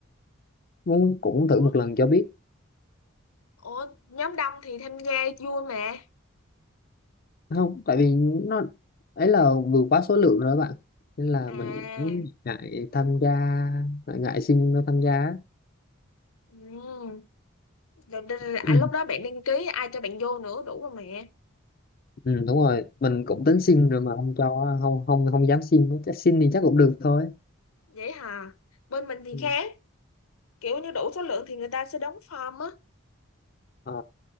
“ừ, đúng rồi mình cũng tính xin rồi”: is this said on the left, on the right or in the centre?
Left